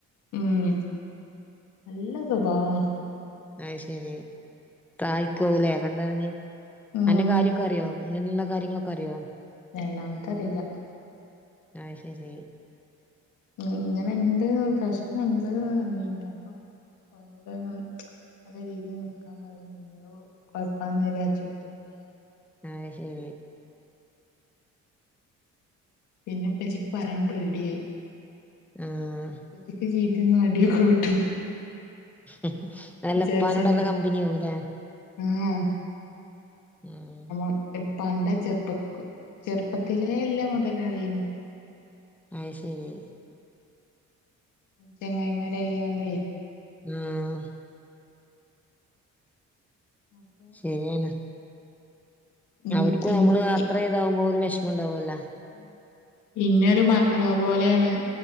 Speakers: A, on the left; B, in the centre.
A: ഉം നല്ല സ്വഭാവാണ്
B: അഹ് ശെരി തായിക്കാവുലെ കണ്ടറ്ഞ്
A: ഉം
B: അന്റെ കാര്യൊക്കെ അറിയോ അങ്ങനെള്ള കാര്യങ്ങളൊക്കെ അറിയോ
A: രണ്ടാമത്തെ അറീല
B: ആയ് ശരി
A: ഉം ഇങ്ങനെണ്ട് പ്രശ്നണ്ട് ന്ന് പർഞ്ഞീനി അപ്പം അപ്പോ അവിടെ നല്ല രീതീൽ നിക്കാൻ പറീന്ന് <unintelligible> കൊയ്ക്കാന്ന് വിചാര്ച്ച് കുത്തർക്കാണ്.
B: ആയ് ശരി
A: പിന്നെ പ്പച്ച് പറയാൻ പേട്യയി
B: ആഹ്
A: പ്പച്ചിക്ക് ജീ <unintelligible> അടിയൊക്കെക്കിട്ടും
B: ഉം അല്ലപ്പാനോട്
A: വിചാരിച്ചന്നെ
B: നല്ല കമ്പനി ആവും ലേ
A: ആഹ്
B: ഉം
A: നമ്മ ഇപ്പാന്റെ ചെറുപ്പക്ക ചെറുപ്പത്തിലേള്ള മുതലാളിയാണ്
B: അയ് ശെരി
A: ചങ്ങായിമാരായാണ്ടേ
B: ആഹ്
A: <inaudible>
B: ശരി ആണ്
A: ഉം
B: അവര്ക്കും
A: ഇൻ
B: അമ്മള് അത്ര
A: ഇ
B: ഇതാവുമ്പോ ഒരു വെഷ്മണ്ടാവല്ലൊ
A: ഇന്നോല് മക്കളെ പോലെണ്